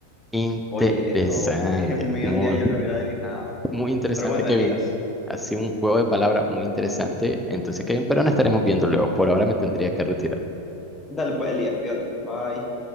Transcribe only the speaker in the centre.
Interesante.
Muy,
muy interesante,
Kevin.
Ha sido un juego de palabras muy interesante. Entonces, Kevin, pero no estaremos viendo luego. Por ahora me tendría que retirar.